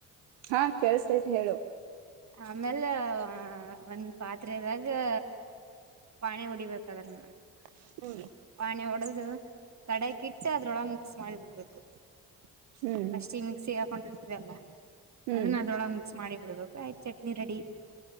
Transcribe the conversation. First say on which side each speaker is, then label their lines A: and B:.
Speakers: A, on the right (about 70°); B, on the right (about 35°).
A: ಹಾ ಕೇಳ್ಸ್ ತೈತ್ ಹೇಳು.
B: ಆಮೇಲೆ ಆ ಒಂದ್ ಪಾತ್ರೆದಾಗ ಪಾಣಿ ಹೊಡಿಬೇಕ್ ಅದ್ರನ್ನ.
A: <unintelligible>
B: ಪಾಣಿ ಒಡ್ದು, ಕಡ್ಯಾಕಿಟ್ ಅದ್ರೊಳಗ್ ಮಿಕ್ಸ್ ಮಾಡ್ಬಿಡ್ಬೇಕು.
A: ಹ್ಮ್
B: ಫಷ್ಟಿಗ್ ಮಿಕ್ಸಿಗ್ ಕೊಂಡಿರ್ತೀವಲ್ಲ
A: ಹ್ಮ್
B: ಅದನ್ ಅದ್ರೊಳಗ್ ಮಿಕ್ಸ್ ಮಾಡಿ ಬಿಡ್ಬೇಕ್ ಕಾಯ್ ಚಟ್ನಿ ರೆಡಿ.